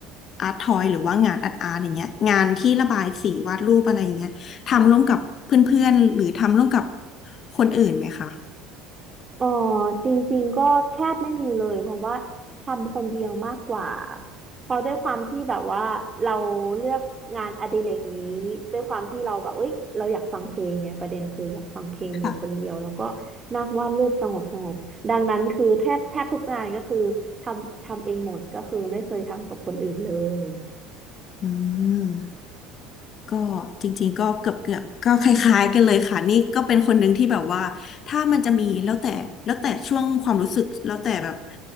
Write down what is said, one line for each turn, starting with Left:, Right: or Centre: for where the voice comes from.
Left: อาร์ตทอยหรือว่างานอาร์ตอาร์ตอย่างเงี้ยงานที่ระบายสีวาดรูปอะไรอย่างเงี้ยทำร่วมกับเพื่อนๆหรือทำร่วมกับคนอื่นไหมคะ
Right: เออจริงๆก็แทบไม่มีเลยเพราะว่าทำคนเดียวมากกว่าเพราะด้วยความที่แบบว่าเราเลือกงานอดิเรกนี้ด้วยความที่เราแบบเอ้ยเราอยากฟังเพลงไงประเด็นคืออยากฟังเพลงอยู่คนเดียวแล้วก็
Left: ค่ะ
Right: นัางวาดรูปสงบสงบดังนั้นคือแทบแทบทุกงานก็คือทำทำเองหมดก็คือไม่เคยทำกับคนอื่นเลย
Left: อืม ก็จริงๆก็เกือบเกือบก็คล้ายๆกันเลยค่ะนี่ก็เป็นคนหนึ่งที่แบบว่าถ้ามันจะมีแล้วแต่แล้วแต่ช่วงความรู้สึกแล้วแต่แบบ